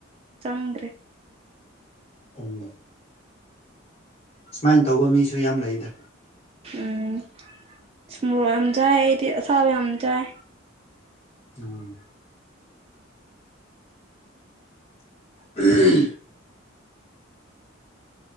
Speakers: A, on the right; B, on the left.
A: ꯆꯪꯗ꯭ꯔꯦ
B: ꯎ ꯁꯨꯃꯥꯏꯅ ꯇꯧꯕ ꯃꯤꯁꯨ ꯌꯥꯝ ꯂꯩꯗ
A: ꯎꯝ ꯁꯃꯣꯔꯣ ꯌꯥꯝ ꯆꯥꯏ ꯑꯩꯗꯤ ꯑꯁꯥꯕ ꯌꯥꯝ ꯆꯥꯏ
B: ꯎꯝ ꯎꯝ